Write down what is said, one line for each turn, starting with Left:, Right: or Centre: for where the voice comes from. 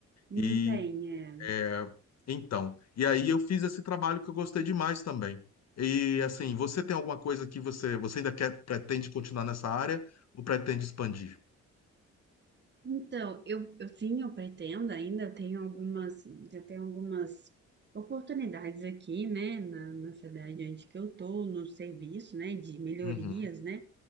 Right: Não
Left: E
Right: tem, é.
Left: é, então, e aí eu fiz esse trabalho que eu gostei demais também. E assim, você tem alguma coisa que você, você ainda quer, pretende continuar nessa área ou pretende expandir?
Right: Então, eu, eu sim, eu pretendo ainda, eu tenho algumas, já tenho algumas oportunidades aqui, né, na, na cidade onde que eu tô, no serviço, né, de melhorias,
Left: Uhum,
Right: né,